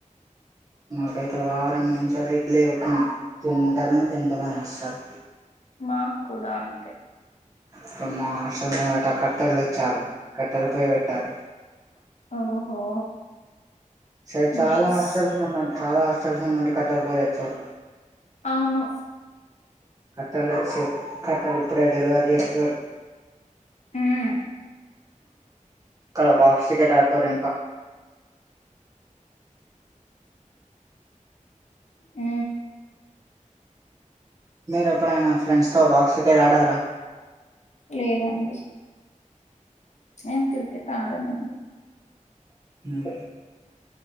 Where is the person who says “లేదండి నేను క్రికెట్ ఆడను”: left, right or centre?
Left